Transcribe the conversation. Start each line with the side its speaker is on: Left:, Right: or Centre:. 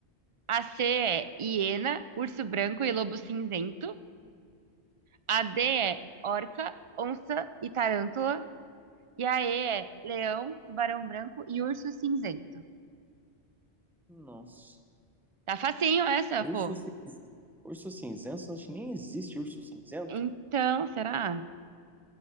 Right: A C é hiena, urso branco e lobo cinzento. A D é orca, onça e tarântula. E a E é leão, tubarão branco e urso cinzento.
Centre: Nossa.
Right: Tá facinho essa,
Centre: Urso,
Right: pô.
Centre: cin- urso cinzento? Acho que nem existe urso cinzento.
Right: Então, será?